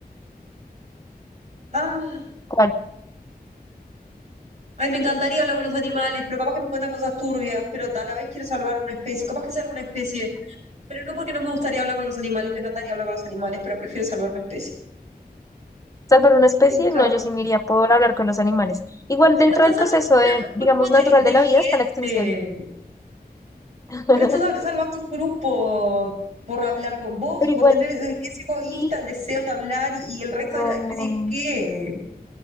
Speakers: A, on the right; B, on the left.
A: Ah,
B: ¿Cuál?
A: ay, me encantaría hablar con los animales, pero capaz que me cuentan cosas turbias, pero tal a la vez quiero salvar una especie, capaz que sea alguna especie, pero no porque no me gustaría hablar con los animales, me encantaría hablar con los animales, pero prefiero salvar una especie.
B: Salvar una especie,
A: Me encanta.
B: no, yo sí me iría por hablar con los animales. Igual
A: Pero
B: dentro
A: estás
B: del
A: salvando
B: proceso de,
A: una- un
B: digamos,
A: grupo
B: natural
A: de,
B: de
A: de
B: la
A: gente.
B: vida está la extinción. <laughs>
A: Pero estás sal- salvando un grupo por hablar con vos,
B: Pero
A: por
B: igual,
A: tener eh, ese egoísta,
B: sí,
A: el deseo de hablar y, y el resto
B: no.
A: de la especie, ¿qué?